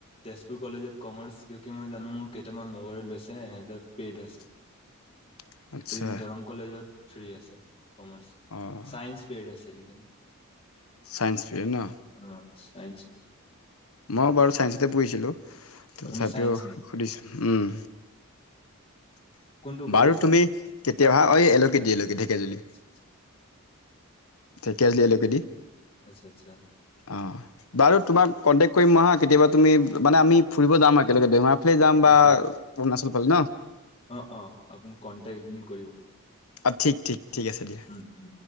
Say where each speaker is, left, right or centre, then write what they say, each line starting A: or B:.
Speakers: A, on the left (about 30°); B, on the left (about 75°).
A: তেজপুৰ কলেজত কমাৰ্চ কিয়কি মই জানো মোৰ কেইটামান লগৰ লৈছে সেহতৰ পেইড আছে।
B: <unintelligible> আচ্ছা
A: লেকিন দৰং কলেজত ফ্ৰী আছে কমাৰ্চ,
B: অ'।
A: চাইন্স পেইড আছে লেলিন।
B: চাইন্স ফ্ৰী ন
A: অ চাইন্স
B: মই বাৰু চাইন্সতে পঢ়িছিলো তথাপিও
A: আপুনি চাইন্স নেকি
B: সুধিছো উম।
A: কোনটো কলেজ
B: বাৰু তুমি কেতিয়াবা অঐ এলকে দি এলকে ঢেকিয়াজুলি।
A: <unintelligible>
B: ঢেকীয়াজুলি এলকে দি।
A: আচ্ছা আচ্ছা।
B: অঁ বাৰু তোমাক কণ্টেক্ট কৰিম নহা কেতিয়াবা তুমি মানে আমি ফুৰিব যাম আৰু একেলগে দেমাৰ। সেইফালে যাম বা
A: অ'কে
B: অৰুণাচল
A: অ'কে
B: ফালে ন?
A: অ অ আপুনি কণ্টেক্ট এক দিন কৰিব।
B: অঁ ঠিক ঠিক ঠিক আছে দিয়া।
A: উম উম।